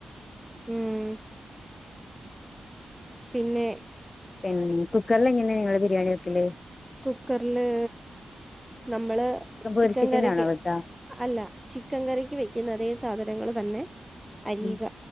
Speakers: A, in the centre; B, on the left.
A: ഉം പിന്നെ
B: പിന്നെ കുക്കറില് എങ്ങനെയാ നിങ്ങള് ബിരിയാണി വെക്കല്
A: കുക്കറ്ല് നമ്മള്
B: പൊരിച്ചിട്ടന്നാണോ
A: ചിക്കൻ കറിക്ക്
B: വെക്കാ
A: അല്ല ചിക്കൻ കറിക്ക് വെക്കുന്ന അതേ സാധനങ്ങൾ തന്നെ അരിക
B: ഉം